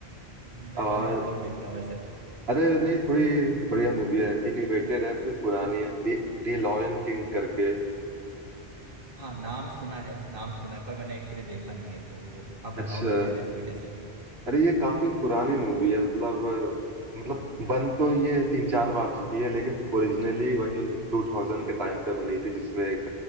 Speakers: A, on the right (about 55°); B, on the right (about 75°).
A: मैं
B: नहीं
A: हॉलीवुड कम देखता हूँ वैसे
B: अरे नहीं थोड़ी बढ़िया मूवी है एनिमेटेड है थोड़ी पुरानी
A: हम्म,
B: है दी दी लॉयन किंग करके
A: हाँ नाम सुना है नाम सुना है पर मैंने एक्चुअली देखा नहीं है इस मूवी को आप
B: अच्छा
A: बताओ ना क्या है इसमें कैसे
B: अरे ये काफी पुरानी मूवी है मतलब अ, मतलब बन तो ये तीन चार बार चुकी है लेकिन ओरिजिनली वही टू थाउजेंड के टाइम पे बनी थी जिसमें एक